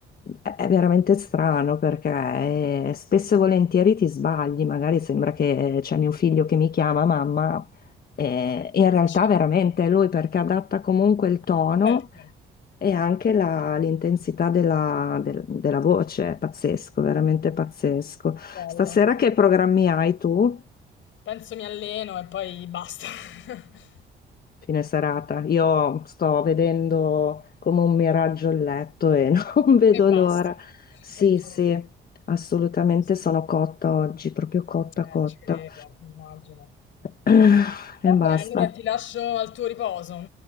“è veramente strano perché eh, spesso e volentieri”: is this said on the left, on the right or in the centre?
Left